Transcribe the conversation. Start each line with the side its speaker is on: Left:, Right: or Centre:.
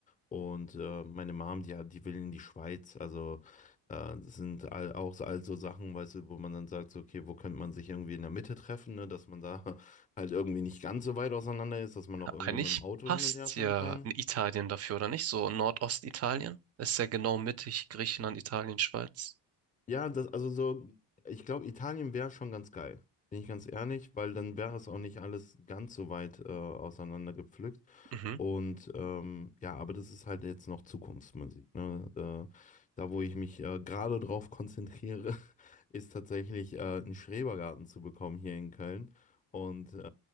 Left: Und äh, meine Mom, die, hat- die will in die Schweiz. Also äh, das sind all, auch so- all so Sachen, weißt du, wo man dann sagt, so, okay, wo könnte man sich irgendwie in der Mitte treffen, ne? Dass man da <laughs> halt irgendwie nicht ganz so weit auseinander ist, dass man auch irgendwie
Right: Eigentlich
Left: mit dem Auto
Right: passt
Left: hin und her fahren
Right: ja
Left: kann.
Right: in Italien dafür, oder nicht? So Nordostitalien ist ja genau mittig Griechenland, Italien, Schweiz.
Left: Ja, das, also so, ich glaube, Italien wäre schon ganz geil. Bin ich ganz ehrlich, weil dann wäre es auch nicht alles ganz so weit äh, auseinander gepflückt.
Right: Mhm.
Left: Und ähm, ja, aber das ist halt jetzt noch Zukunftsmusik. Ne? Äh, da, wo ich mich äh, gerade drauf konzentriere, <laughs> ist tatsächlich äh, einen Schrebergarten zu bekommen hier in Köln. Und äh,